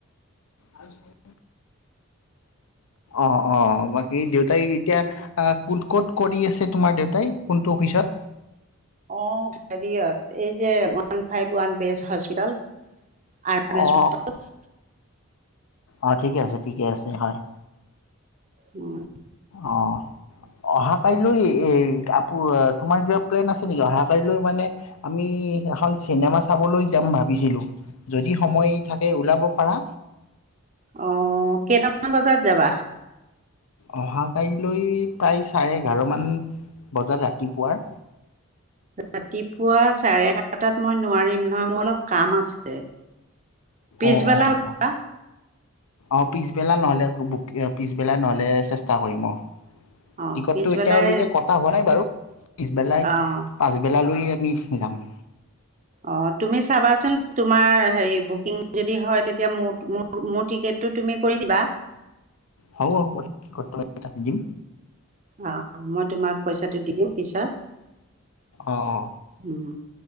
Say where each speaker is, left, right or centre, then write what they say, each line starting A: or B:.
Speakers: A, on the left; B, on the right.
A: আৰু অ অ বাকী দেউত তাই এতিয়া
B: উম।
A: আহ কোন ক'ত কৰি আছে তোমাৰ দেউতাই কোনটো অফিচত।
B: অ হেৰিয়ত এই যে ওৱান ফাইভ ওৱান বেচ হস্পিতল। আৰু হস্পিটল
A: অ
B: <unintelligible>
A: অ ঠিকে আছে ঠিকে আছে হয়
B: উম,
A: অ অহা কাইলৈ আপু তোমাৰ কিবা প্লেন আছে নেকি অহা কাইলৈ মানে আমি এখন চিনেমা চাবলৈ যাম ভাবিছিলোঁ যদি সময় থাকে ওলাব পাৰা
B: অ কেইটামান বজাত যাবা
A: অহাকাইলৈ প্ৰায় চাৰে এঘাৰমান বজাত ৰাতিপুৱাৰ
B: ৰাতিপুৱা চাৰে এঘাৰটাত মই নোৱাৰিম নহয় মোৰ অলপ কাম আছে পিছবেলা
A: অ অ
B: ওলাবা
A: অ অপ পিছবেলা নহ'লে বুক পিছবেলা নহ'লে চেষ্টা কৰিম অঁ
B: অ',
A: টিকটতটো
B: পিছবেলাই
A: এতিয়ালৈকে কটা হোৱা নাই বাৰু পিছবেলাই
B: অ',
A: পাছবেলা লৈ সজাম <unintelligible>
B: অ তুমি চাবাচোন তোমাৰ হেৰি বুকিং যদি হয় তেতিয়া মোৰ টিকেটো তুমি কৰি দিবা
A: হ'ব হ'ব কাটি দিম
B: অঁ মই তোমাক পইচাটো দি দিম পিছত
A: অ অ
B: উম।